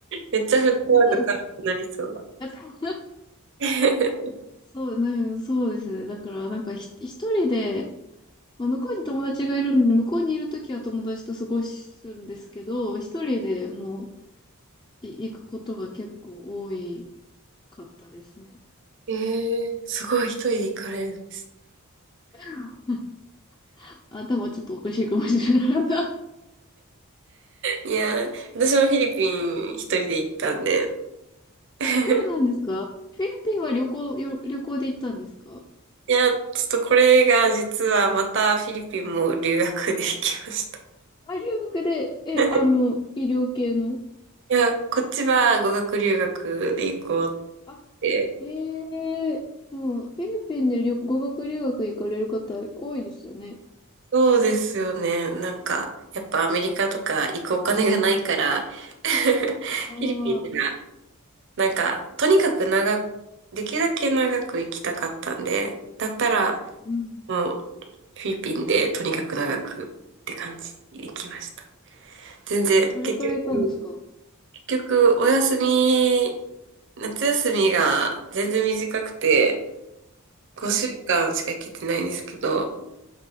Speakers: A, on the right (about 60°); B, on the left (about 20°).
A: めっちゃフットワーク軽くなりそう。
B: うんあ <laughs>
A: <laughs> え
B: そう、なんかそうですね。だからなんかひ一人で、まあ、向こうに友達がいるので、向こうにいるときは友達と過ごすんですけど、一人でもうい、行くことが結構多いかったですね。
A: ー、すごい、一人で行かれるんです。
B: <laughs> うん頭ちょっとおかしいかもしれない。<laughs>
A: いやー、私もフィリピン一人で行ったんで。<laughs>
B: そうなんですかフィリピンは旅行、よ旅行で行ったんですか
A: いや、ちょっとこれが実はまたフィリピンも留学で行きました。
B: あ、留学で、え、
A: <laughs>
B: あの、医療系の。
A: いや、こっちは語学留学で行こうっ
B: あ、
A: て。
B: ええでも、フィリピンで旅語学留学行かれる方多いですよね。
A: そうですよね。なんか、やっぱアメリカとか行くお金がないから <laughs>
B: ああ
A: フィリピンが、なんか、とにかく長く、できるだけ長く行きたかったんで、だったら、
B: うん。
A: もう、フィリピンでとにかく長くって感じで行きました。全然、
B: どれくらいいたんですか
A: 結局、結局、お休み、夏休みが全然短くて、5週間しか行けてないんですけど、
B: はい。